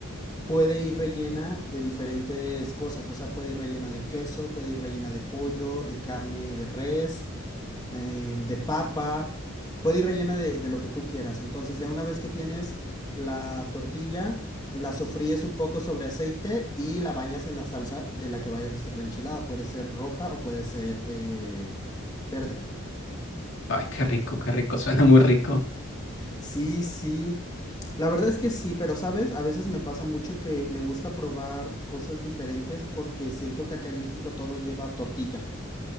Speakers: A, on the left; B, on the left.
A: puede ir rellena de diferentes cosas, o sea, puede ir rellena de queso, puede ir rellena de pollo, de carne, de res, eh, de papa, puede ir rellena de, de lo que tú quieras. Entonces ya una vez que tienes la tortilla, la sofríes un poco sobre aceite y la bañas en la salsa de la que vayas a hacer la enchilada. Puede ser roja o puede ser eh, verde.
B: Ay, qué rico, qué rico, suena muy rico.
A: Sí, sí. La verdad es que sí, pero sabes, a veces me pasa mucho que me gusta probar cosas diferentes porque siento que acá en México todo lleva tortilla.